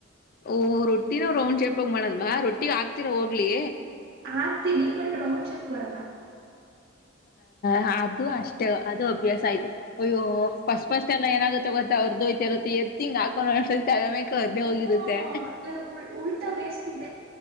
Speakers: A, on the left; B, on the right.
A: ಓಹ ರೊಟ್ಟಿನ ರೌಂಡ್ ಚೇಪಾಗ ಮಾಡಲ್ವಾ ರೊಟ್ಟಿ ಹಾಕ್ತಿ ಹೋಗ್ಲಿ
B: ಆಗ್ತೀನಿ ಬಟ್ ರೌಂಡ್ ಚೆಕ್ ಬರಲ್ಲ
A: ಹ ಅದು ಅಷ್ಟೇ ಅದು ಅಭ್ಯಾಸ ಆಯ್ತು ಅಯ್ಯೋ ಫಸ್ಟ್ ಫಸ್ಟ್ ಎಲ್ಲ ಏನಾಗುತ್ತೆ ಗೊತ್ತೆ ಅವ್ರದ್ದುಯತತ್ತ ಎತ್ಿಂಗ್ ಹಾಕೊಂಡ್ ಆ ಕರ್ನೆೆ
B: ಓ
A: ಹೋಗಿರುತ್ತೆ
B: ನಾನು ಉಲ್ಟಾ ಬೇಯಸ್ತಿದ್ದೆ